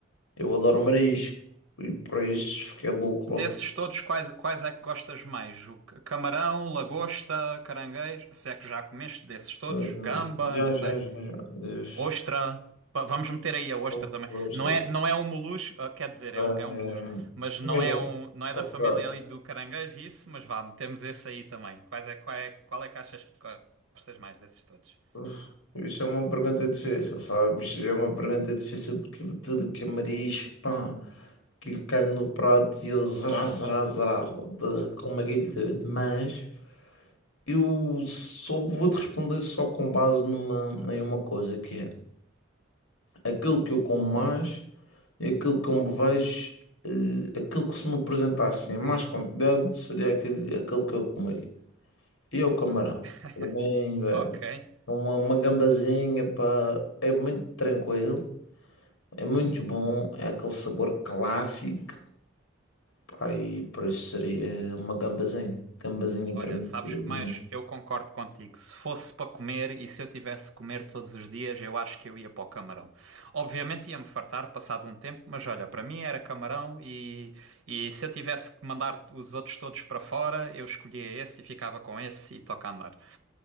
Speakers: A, on the left; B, on the right.
A: Eu adoro marisco e por isso fiquei louco
B: Desses
A: logo.
B: todos, quais, quais é que gostas mais? O c- camarão, lagosta, caranguejo? Se é que já comeste desses todos?
A: Ee,
B: Gamba,
A: Já
B: não sei.
A: já já já. Yes.
B: Ostra. Pa- Vamos meter aí a ostra
A: Bom,
B: também.
A: işte.
B: Não é, não é um molusco, ah, quer dizer, é
A: Ee,
B: um, é um molusco, mas não
A: Imagina,
B: é um, não é
A: opa,
B: da família ali do caranguejo, isso, mas vá, metemos esse aí também. Quais é, qual é, qual é que achas que gostas mais desses todos?
A: uf, isso é uma pergunta difícil, sabes? É uma pergunta difícil porque tudo que é marisco, pá, que lhe cai no prato e eu zerá, zerá, zerá, de- como aquele de mas eu só vou te responder só com base numa, em uma coisa que é. aquele que eu como mais, é aquele que eu me vejo, eh, aquele que se me apresentasse em mais quantidade seria aquele, aquele que eu comi. E é o camarão.
B: <laughs>
A: Para mim, é
B: Ok.
A: uma, uma gambazinha, pá, é muito tranquilo, é muito bom, é aquele sabor clássico, pá, e por isso seria uma gambazinha. Gambazinha
B: Olha,
A: para mim
B: sabes
A: seria
B: que
A: uma.
B: mais? Eu concordo contigo. Se fosse para comer e se eu tivesse que comer todos os dias, eu acho que eu ia para o camarão. Obviamente ia-me fartar passado um tempo, mas olha, para mim era camarão e, e se eu tivesse que mandar os outros todos para fora, eu escolhia esse e ficava com esse e toca a andar.